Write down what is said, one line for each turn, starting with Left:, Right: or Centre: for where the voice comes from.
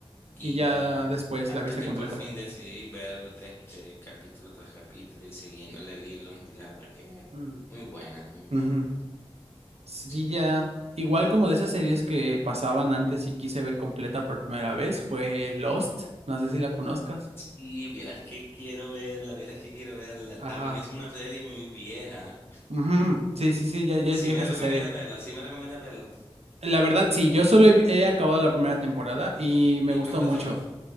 Left: Y
Right: Y ya después
Left: hasta
Right: la viste
Left: que
Right: completa.
Left: por fin decidí ver este capítulo tras capítulo y siguiéndole el hilo, y la verdad que
Right: Mm.
Left: muy buena, muy buena.
Right: Ujú. Sí,
Left: sí.
Right: ya. Igual como de esas series que pasaban antes y quise ver completa por primera vez, fue Lost. No sé si la conozcas.
Left: Y vieras que quiero verla, vieras que quiero verla. También
Right: Ajá.
Left: es una serie muy vieja.
Right: Ujú. Sí, sí, sí, ya, ya
Left: Sí
Right: es vieja
Left: me
Right: esa
Left: recomiendas
Right: serie.
Left: verla, sí me recomiendas verla.
Right: La verdad, sí, yo solo he, vi- he acabado la primera temporada y me
Left: ¿Y
Right: gustó
Left: cuántas
Right: mucho.
Left: son?